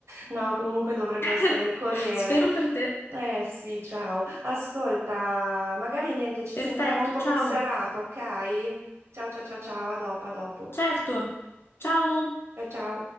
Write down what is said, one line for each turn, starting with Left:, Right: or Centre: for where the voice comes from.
Right: No, comunque dovrebbe
Left: <laughs>
Right: essere il corriere.
Left: Spero per te.
Right: Eh sì, ciao. Ascolta, magari niente, ci
Left: Perfetto,
Right: sentiamo poi
Left: ciao.
Right: in serata, ok? Ciao, ciao, ciao, ciao, a dopo, a dopo.
Left: Certo. Ciao.
Right: Ciao, ciao.